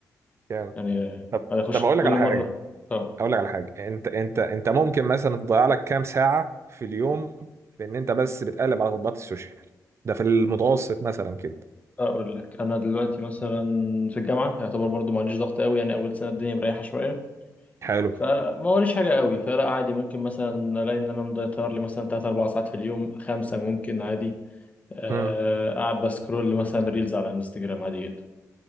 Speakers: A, on the right; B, on the left.
A: جامد
B: يعني آه،
A: طب
B: أنا أخش
A: طب اقول
B: كل
A: لك على حاجه
B: مرة أه
A: اقول لك على حاجه انت انت انت ممكن مثلا تضيع لك كام ساعه في اليوم بان انت بس بتقلب على تطبيقات السوشيال ده في المتوسط
B: بص
A: مثلا كده
B: أقول لك أنا دلوقتي مثلا في الجامعة يعتبر برضو معليش ضغط قوي يعني أول سنة الدنيا مريحة شوية
A: حلو
B: فما وريش حاجة قوي فلا عادي ممكن مثلا ألاقي إن أنا مضيطر لي مثلا تلات أربع ساعات في اليوم خمسة ممكن عادي آه،
A: امم
B: قاعد بسكرول مثلا ريلز على الانستجرام عادي جدا